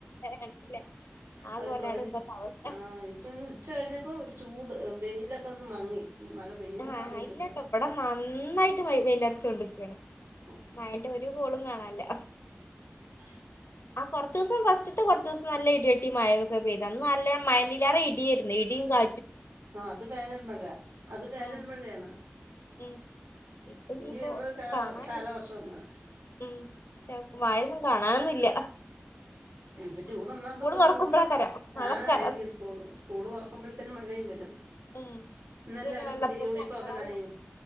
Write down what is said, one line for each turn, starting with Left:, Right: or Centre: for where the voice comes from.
Left: കണ്ടില്ല ആ
Right: അവര്
Left: കോലാണ്
Right: പ്രവചി
Left: ഇപ്പത്തെ അവസ്ഥ
Right: ആ ഇപ്പൊ ഇന്ന് ഉച്ച കഴിഞ്ഞപ്പോ ഒരു ചൂട് വെയിലൊക്കെ ഒന്ന് മങ്ങി ഇനി മഴ പെയ്യുന്നോന്ന്
Left: ആഹ്
Right: അറിയത്തില്ല
Left: ഇല്ലട്ടോ ഇവിടെ നന്നായിട്ട് വെയിലെറിച്ചുന്നുണ്ട് <inaudible>
Right: ഓ ഓ
Left: മഴന്റെ ഒരു കോളും കാണാ ല്ലാ
Right: <unintelligible>
Left: ആ കൊറച്ച് ദിവസം ഫസ്റ്റത്തെ കുറച്ച് ദിവസം നല്ല ഇടവെട്ടി മഴയൊക്കെ പെയ്ത് അന്ന് നല്ല മഴലേറെ ഇടിയായിരുന്നു ഇടിയും കാ
Right: ആ അത് വേനൽ മഴ അത് വേനൽമഴയാണ്
Left: ആഹ് ഉം ഇപ്പൊ ഇനിയിപ്പോ
Right: ഇനി വരുന്നത് കാല
Left: കാണാൻ
Right: കാലവർഷംന്ന്
Left: ഉം പക്ഷെ മഴയൊന്നും കാണാനൊന്നും ഇല്ല
Right: ഇനിപ്പോ ജൂൺ ഒന്നാകുമ്പ തൊടങ്ങും
Left: തൊറക്കുമ്പളാക്കാരം
Right: ആഹ്
Left: അതാക്കാരം
Right: ആയിരിക്കും സ്കൂൾ സ്കൂള് തുറക്കുമ്പഴ്ത്തെന് മഴയും വരും
Left: ഉം
Right: ഇന്നല്ലേ
Left: പിന്നെ
Right: അവരെ
Left: വെള്ളപ്പൊക്കവും
Right: പുതിയ യൂണിഫോം
Left: പ്രളയം
Right: ഒക്കെ നനയും